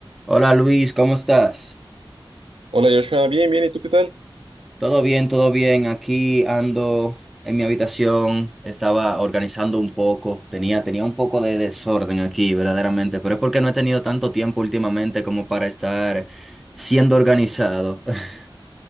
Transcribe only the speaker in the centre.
Hola Luis, ¿cómo estás?
Todo bien, todo bien. Aquí ando en mi habitación, estaba organizando un poco, tenía, tenía un poco de desorden aquí, verdaderamente, pero es porque no he tenido tanto tiempo últimamente como para estar siendo organizado. <laughs>